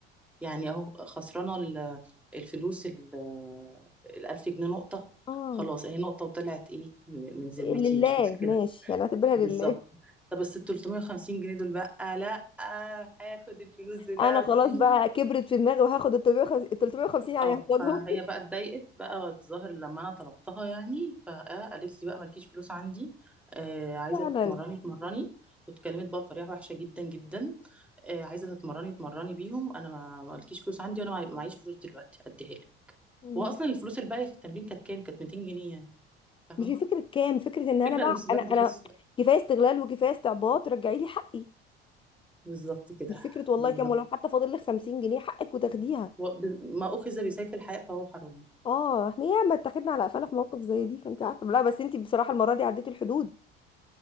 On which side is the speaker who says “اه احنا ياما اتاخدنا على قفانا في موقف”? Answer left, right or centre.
Left